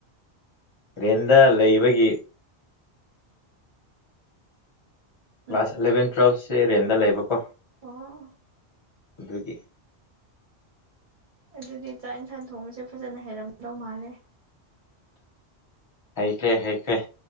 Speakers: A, on the left (about 30°); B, on the right (about 50°).
A: ꯇ꯭ꯔꯦꯟꯗ ꯂꯩꯕꯒꯤ
B: ꯑ
A: ꯀ꯭ꯂꯥꯁ ꯑꯦꯂꯚꯦꯟ ꯇꯨꯋꯦꯜꯐꯁꯦ ꯔꯦꯟꯗ ꯂꯩꯕꯀꯣ
B: ꯑꯣ
A: ꯑꯗꯨꯒꯤ
B: ꯑꯗꯨꯗꯤ ꯆꯥꯛ ꯌꯦꯟꯁꯥꯡ ꯊꯣꯡꯕꯁꯦ ꯐꯖꯅ ꯍꯩꯔꯝꯗꯧ ꯃꯥꯜꯂꯦ
A: ꯍꯩꯈ꯭ꯔꯦ ꯍꯩꯈ꯭ꯔꯦ